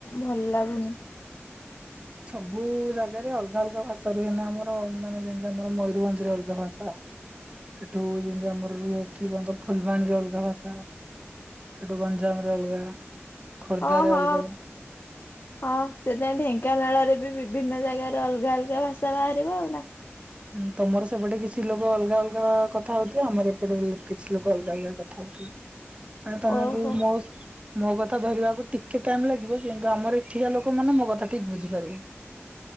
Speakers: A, on the left; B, on the right.
A: ଭଲ ଲାଗୁନି।
B: ସବୁ ଜାଗାରେ ଅଲଗା ଅଲଗା ଭାଷା ରୁହେନା ଆମର ମାନେ ଯେମିତି ଆମର ମୟୂରଭଞ୍ଜ ରେ ଅଲଗା ଭାଷା। ଏଠୁ ଯେମିତି ଆମର ରୁହେ ଏଠି କହନ୍ତ ଫୁଲବାଣୀ ବି ଅଲଗା ଭାଷା। ଏଠୁ ଗଞ୍ଜାମରେ ଅଲଗା। ଖୋର୍ଦ୍ଧାରେ
A: ଓ ହଁ
B: ଅଲଗା
A: ହଁ ସେଥିପାଇଁ ଢେ ଢେଙ୍କାନାଳରେ ବି ବିଭିନ୍ନ ଜାଗାରେ ଅଲଗା ଅଲଗା ଭାଷା ବାହାରିବ ଆଉ ନା।
B: ଉଁ ତମର ସେପଟେ କିଛି ଲୋକ ଅଲଗା ଅଲଗା କଥା ହଉଥିବ ଆମର ଏପଟେ କିଛି ଲୋକ ଅଲଗା ଅଲଗା କଥା ହଉ। ମାନେ ତମକୁ
A: ଓହୋ
B: ମୋ। ମୋ କଥା ଧରିବାକୁ ଟିକେ ଟାଇମ ଲାଗିବ କିନ୍ତୁ ଆମର ଏଠିକା ଲୋକ ମାନେ ମୋ କଥା ଠିକ ବୁଝିପାରିବେ।